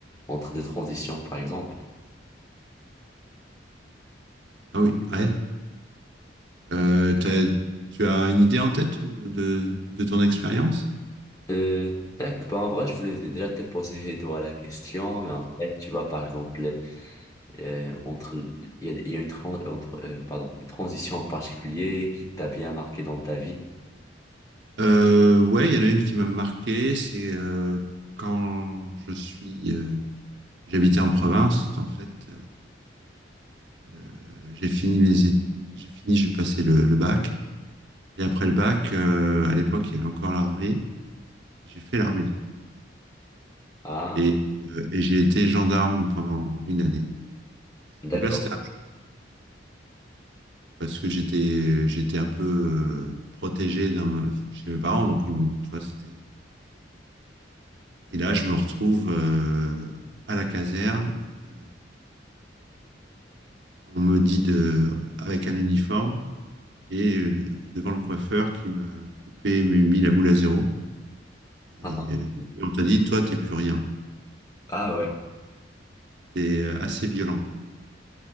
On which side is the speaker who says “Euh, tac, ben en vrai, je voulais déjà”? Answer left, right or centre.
Left